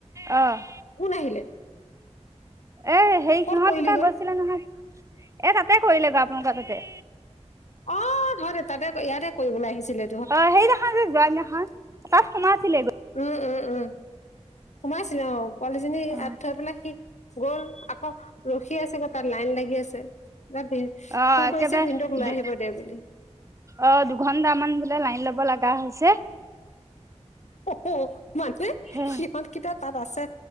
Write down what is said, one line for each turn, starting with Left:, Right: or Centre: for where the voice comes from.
Right: অহ'।
Left: কোন আহিলে?
Right: এ হেৰি
Left: ক'ত
Right: সিহঁত
Left: কৰিলিগৈ
Right: দুটা গৈছিলে নহয়, এ তাতে কৰিলে গৈ আপোনালোকৰ তাতে।
Left: অ' <inaudible> তাতে ইয়াতে কৰিবলৈ আহিছিলে।
Right: অ' সেইদিনাখন যে, যোৱাদিনাখন তাত সোমাইছিলে গৈ।
Left: উম, উম, উম। সোমাইছিলো অ' পোৱালীজনী ই
Right: অ
Left: থৈ পেলাই সি গ'ল আকৌ ৰখি আছে গৈ তাত লাইন লাগি আছে ছে, <inaudible> ভিন,
Right: অ
Left: ফোন
Right: একেবাৰে
Left: কৰিছে ভিনদেউক লৈ আহিব দে বুলি।
Right: অ' দুঘন্টামান বোলে লাইন ল'ব লগা হৈছে?
Left: অ'হ' মানে
Right: হে
Left: সিহঁতকেইটা তাত আছে,